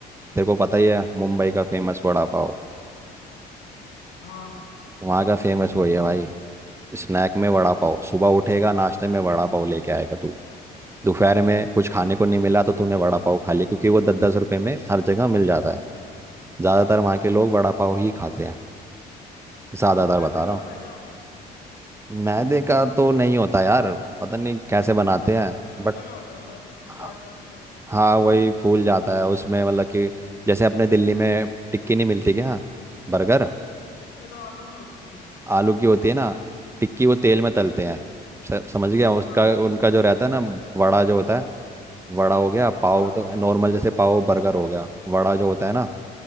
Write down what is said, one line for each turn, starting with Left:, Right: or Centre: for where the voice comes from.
Right: तेरे को पता ही है मुंबई का फेमस वड़ा पाव
Left: हाँ
Right: वहाँ का फेमस वही है भाई स्नैक में वड़ा पाव सुबह उठेगा नाश्ते में वड़ा पाव लेके आएगा तू दोपहर में कुछ खाने को नहीं मिला तो तूने वड़ा पाव खा लिया क्योंकि वो दस दस रुपए में हर जगह मिल जाता है ज़्यादातर वहाँ के लोग वड़ा पाव ही खाते हैं ज्यादातर
Left: मैदे
Right: बता
Left: का
Right: रहा
Left: होता
Right: हूँ
Left: है क्या वो
Right: मैदे का तो नहीं होता यार पता नहीं कैसे बनाते हैं
Left: सूजी
Right: बट
Left: वूजी का होता है शायद सूजी
Right: हाँ
Left: आटे का शायद
Right: हाँ, वही फूल जाता है उसमें मतलब कि जैसे अपने दिल्ली में टिक्की नहीं मिलती क्या बर्गर
Left: टिक्की तो आलू की होती है
Right: आलू की होती है ना टिक्की वो तेल में तलते हैं स- समझ गया उसका
Left: हाँ
Right: उनका जो रहता है ना वड़ा जो होता है वड़ा हो गया पाव
Left: हाँ
Right: तो नॉर्मल जैसे पाव बर्गर हो गया वड़ा जो होता है ना